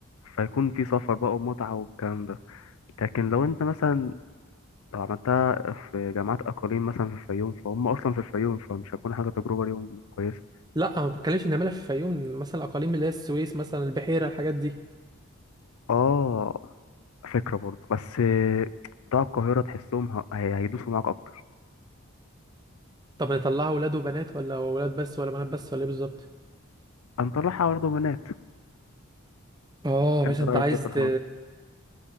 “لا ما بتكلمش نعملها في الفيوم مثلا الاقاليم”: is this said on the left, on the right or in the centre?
Right